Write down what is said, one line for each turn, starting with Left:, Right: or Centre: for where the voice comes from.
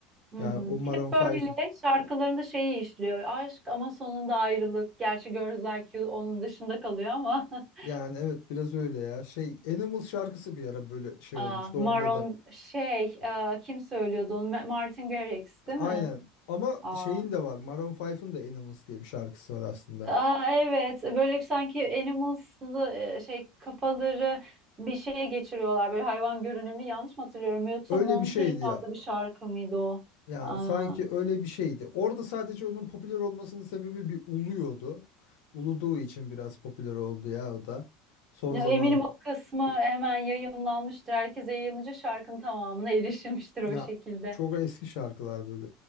Right: Hı
Left: Yani
Right: hı.
Left: o Maroon
Right: Hep böyle
Left: 5.
Right: şarkılarında şeyi işliyor. Aşk ama sonunda ayrılık. Gerçi Girls Like You onun dışında kalıyor ama. <laughs>
Left: Yani evet biraz öyle ya. Şey Animals şarkısı bir ara böyle şey
Right: Aa,
Left: olmuştu
Right: Maron
Left: onda da.
Right: şey aa, kim söylüyordu onu? Ma- Martin Garrix değil
Left: Aynen.
Right: mi?
Left: Ama
Right: Aa,
Left: şeyin de var. Maroon 5'ın de Animals diye bir şarkısı var aslında.
Right: aa evet böyle sanki Animals'lı e, şey kafaları bir şeye geçiriyorlar. Böyle hayvan görünümlü yanlış mı hatırlıyorum? Yoksa
Left: Öyle
Right: Monkeys
Left: bir şeydi
Right: adlı
Left: ya.
Right: bir şarkı mıydı o?
Left: Yani
Right: Aa,
Left: sanki öyle bir şeydi. Orada sadece onun popüler olmasının sebebi bir uluyordu. Uluduğu için biraz popüler oldu ya o da. Son
Right: Ya
Left: zaman
Right: Eminim o kısmı hemen yayımlanmıştır. Herkese yayılınca şarkının tamamına erişilmiştir
Left: ya
Right: o şekilde.
Left: çok eski şarkılar böyle.